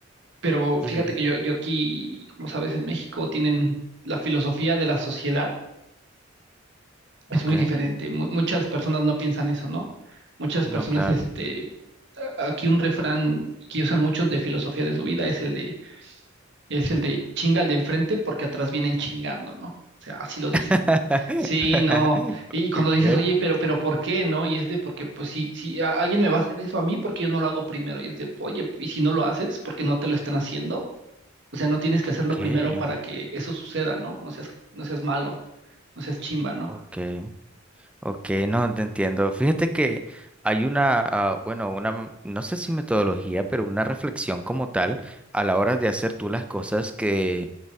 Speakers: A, on the right; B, in the centre.
A: Pero fíjate
B: Ujú,
A: que yo, yo aquí, como sabes, en México tienen la filosofía de la sociedad, es
B: Ok,
A: muy diferente. Mu- muchas personas no piensan eso, ¿no? Muchas
B: no,
A: personas,
B: claro.
A: este, a- aquí un refrán que usan muchos de filosofía de su vida es el de, es el de chinga al de enfrente porque atrás vienen chingando, ¿no? O sea, así lo dicen.
B: <laughs>
A: Sí, no. Y cuando
B: Ok.
A: dices, oye, pero, pero ¿por qué, no? Y es de porque, pues, si, si a- alguien me va a hacer eso a mí, ¿por qué yo no lo hago primero? Y es de, oye, y si no lo haces, ¿por qué no te lo están haciendo? O sea, no tienes que hacerlo
B: Okay,
A: primero para que eso suceda, ¿no? No seas, no seas malo, no seas chimba, ¿no?
B: okay, okay, no te entiendo. Fíjate que hay una, ah, bueno, una, m- no sé si metodología, pero una reflexión como tal a la hora de hacer tú las cosas que,